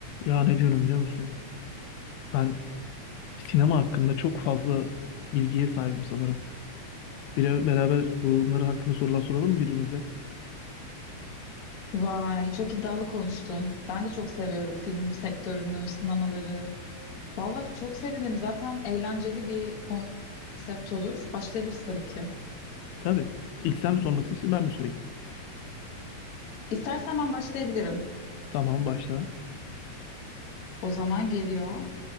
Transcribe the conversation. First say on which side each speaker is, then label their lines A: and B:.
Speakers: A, on the left; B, on the left.
A: Ya ne diyorum biliyor musun? Ben sinema hakkında çok fazla bilgiye sahibim sanırım. Bir beraber bunları hakkında sorular soralım mı birbirimize?
B: Vay, çok iddialı konuştun. Ben de çok seviyorum film sektörünü, sinemaları. Vallahi çok sevinirim. Zaten eğlenceli bir konsept olur. Başlayabiliriz tabii ki.
A: Tabii. İlk sen mi sormak istersin ben mi sorayım?
B: İstersen ben başlayabilirim.
A: Tamam başla.
B: O zaman geliyor.